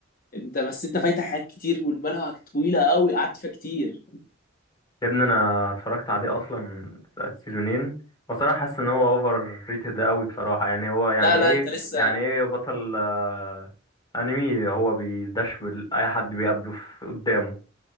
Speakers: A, on the left; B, on the left.
A: انت بس انت فايتك حاجات كتير والمانهوا طويله قوي قعدت فيها كتير
B: يا ابني انا اتفرجت عليه اصلا السيزونين بصراحه حاسس ان هو اوفر ريتد قوي بصراحه يعني هو يعني
A: لا
B: ايه
A: لا انت لسه
B: يعني ايه بطل آه، انمي هو بيدش بال- اي حد بيقابله في قدامه